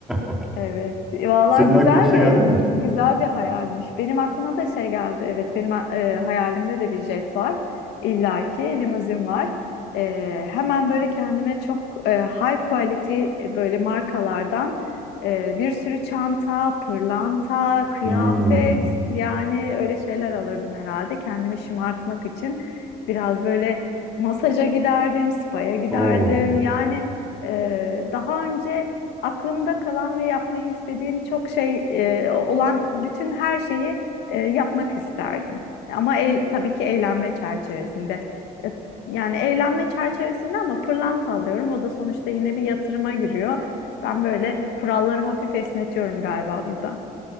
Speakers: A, in the centre; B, on the left.
A: <laughs>
B: Evet. Valla
A: Senin
B: güzel
A: aklına bir şey
B: bir
A: geldi mi?
B: güzel bir hayalmiş. Benim aklıma da şey geldi. Evet, benim e, hayalimde de bir jet var. İlla ki limuzin var. E, hemen böyle kendime çok e, high quality e, böyle markalardan e, bir sürü çanta, pırlanta, kıyafet
A: Hmm.
B: yani öyle şeyler alırdım herhalde kendimi şımartmak için. Biraz böyle masaja giderdim, spa'ya giderdim.
A: Oo.
B: Yani e, daha önce aklımda kalan ve yapmayı istediğim çok şey e, olan bütün her şeyi e, yapmak isterdim. Ama el, tabii ki eğlenme çerçevesinde. E, Yani eğlenme çerçevesinde ama pırlanta alıyorum. O da sonuçta yine bir yatırıma giriyor. Ben böyle kuralları hafif esnetiyorum galiba burada.